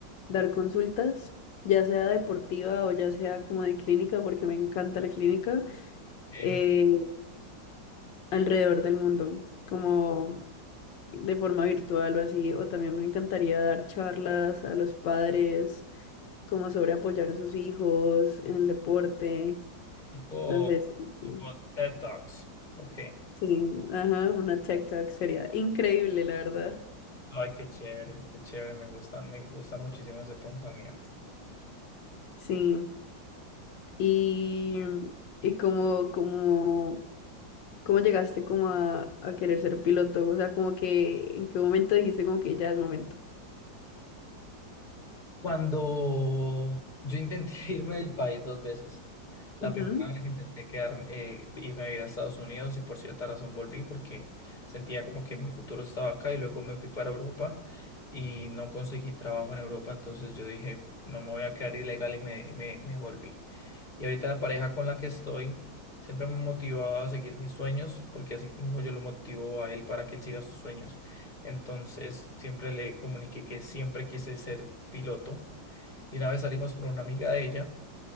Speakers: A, on the left (about 75°); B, on the left (about 25°).
A: dar consultas, ya sea deportiva o ya sea como de clínica, porque me encanta la clínica,
B: Ok,
A: eh, alrededor del mundo. Como de forma virtual o así, o también me encantaría dar charlas a los padres como sobre apoyar a sus hijos en el deporte,
B: Tipo,
A: no sé, sí, sí,
B: tipo TED Talks. Ok.
A: sí, ajá, una tech talk sería increíble, la verdad.
B: Ay, qué chévere, qué chévere, me gusta, me gusta muchísimo ese pensamiento.
A: Sí, y, y cómo, cómo, cómo llegaste como a, a querer ser piloto, o sea, como que en qué momento dijiste como que ya es momento.
B: Cuando yo intenté <laughs> irme del país dos veces, la
A: Ujú,
B: primera vez intenté quedarme, eh, irme a vivir a Estados Unidos y por cierta razón volví porque sentía como que mi futuro estaba acá y luego me fui para Europa y no conseguí trabajo en Europa, entonces yo dije, no me voy a quedar ilegal y me, me, me volví. Y ahorita la pareja con la que estoy siempre me ha motivado a seguir mis sueños, porque así mismo yo lo motivo a él para que él siga sus sueños. Entonces siempre le comuniqué que siempre quise ser piloto. Y una vez salimos con una amiga de ella,